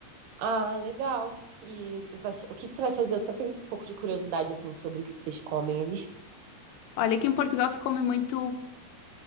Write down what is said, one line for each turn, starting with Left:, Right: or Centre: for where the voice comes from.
Right: Ah, legal. E vai ser- o que que você vai fazer? Eu só tenho um pouco de curiosidade, assim, sobre o que que vocês comem aí.
Left: Olha, aqui em Portugal se come muito.